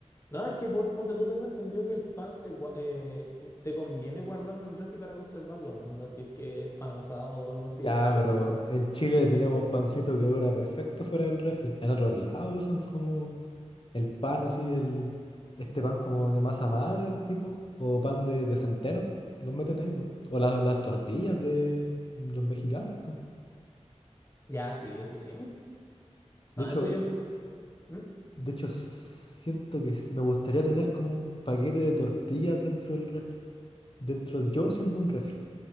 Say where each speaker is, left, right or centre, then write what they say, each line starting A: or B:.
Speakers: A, on the left; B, on the left.
A: No, es que po- ponte tú, tengo entendido que el pan se, gua- eh, eh, te conviene guardarlo en el refri para conservarlo, onda, si es que es pan amasado o algo así,
B: Ya,
A: entonces
B: pero
A: te con-
B: en Chile tenemos pancito que dura perfecto fuera del refri. En otros lados usan como El pan así, el, este pan como de masa madre, tipo, o pan de, de centeno, los meten ahí, po. O las, las tortillas de los mexicanos, po.
A: Ya, sí, eso sí.
B: De
A: No,
B: hecho,
A: eso yo... ¿Mm?
B: de hecho, siento que s- me gustaría tener como un paquete de tortillas dentro del refri. Dentro yo siendo un refri.